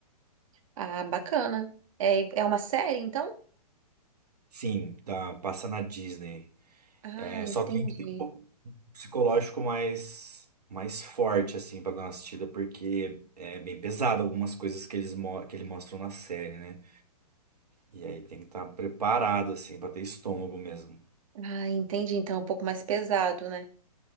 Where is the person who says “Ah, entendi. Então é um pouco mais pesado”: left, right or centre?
Right